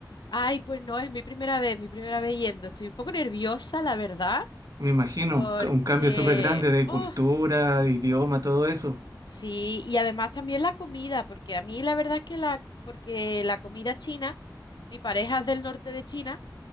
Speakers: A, on the left; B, on the right.
A: Ay, pues no, es mi primera vez, mi primera vez yendo. Estoy un poco nerviosa, la verdad,
B: Me imagino,
A: porque,
B: un, ca- un cambio súper grande de
A: oh,
B: cultura, idioma, todo eso.
A: sí, y además también la comida, porque a mí la verdad es que la, porque la comida china, mi pareja es del norte de China,